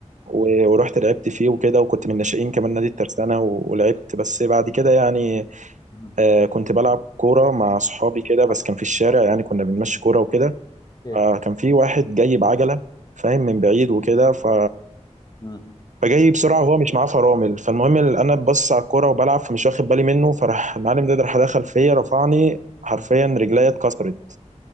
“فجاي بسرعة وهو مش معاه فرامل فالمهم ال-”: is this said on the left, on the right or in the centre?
Right